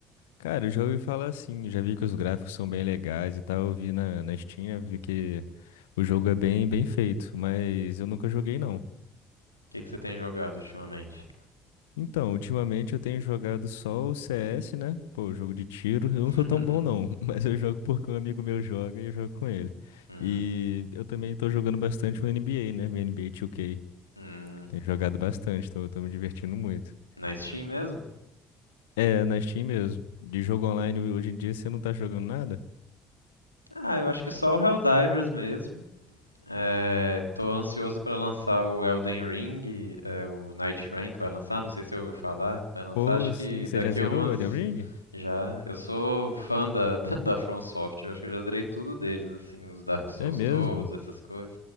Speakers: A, on the left; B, on the left.
A: Cara, eu já ouvi falar assim, já vi que os gráficos são bem legais e tal, eu vi na, na Steam, né, vi que o jogo é bem, bem feito, mas eu nunca joguei não.
B: que que você tem jogado ultimamente?
A: Então, ultimamente eu tenho jogado só o CS, né? Pô, jogo de tiro, eu não sou
B: <laughs>
A: tão bom não, <laughs> mas eu jogo porque um amigo meu joga e eu jogo com ele.
B: Uhum.
A: E eu também tô jogando bastante o NBA, né? O NBA 2K.
B: Hum.
A: Tenho jogado bastante, tô, tô me divertindo muito.
B: Na Steam mesmo?
A: É, na Steam mesmo. De jogo online hoje em dia você não tá jogando nada?
B: Ah, eu acho que só o Helldivers mesmo. É, tô ansioso pra lançar o Elden Ring, é, o Night Rain que vai lançar, não sei se você ouviu falar. Vai lançar,
A: Pô,
B: acho que
A: sim, você
B: daqui
A: já zerou
B: a umas.
A: o Elden Ring?
B: Já. Eu sou fã da, <laughs> da, da From Software, acho que eu já zerei tudo deles, assim, os Dark Souls
A: É mesmo.
B: todos, essas coisas.